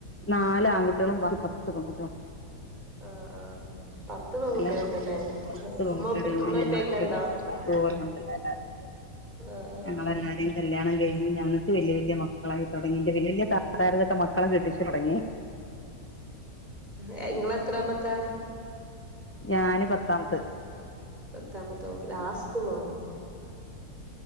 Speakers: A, on the left; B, on the right.
A: നാല് ആൺകുട്ടികളും ബാക്കി പത്ത് പെൺകുട്ടികളും
B: ആ ആ പത്ത് പെൺകുട്ടിക
A: എല്ലാം കൂടി
B: ഉണ്ട്ല്ലേ
A: പത്ത് പെൺകുട്ടികളുണ്ട്
B: ഉമ്മ ഉമ്മപ്പൊക്കെ
A: ഞങ്ങളൊക്കെ
B: ഉണ്ടോ
A: എല്ലാരും ഉണ്ട്
B: ആഹ് ആഹ്
A: ഞങ്ങളെല്ലാരും കല്യാണം കഴിഞ്ഞു ഞങ്ങൾക്ക് വലിയ വല്യയ മക്കളായി തുടങ്ങി എന്റെ വലയ വല്ല്യയ ത താരതൊക്കെ മക്കളെ കെട്ടിച്ചു തുടങ്ങി
B: ഏ ഇങ്ങള എത്രാമത്താ
A: ഞാന് പത്താമത്തത്
B: സത്താമത്തോ ലാസ്റ്റ് പോ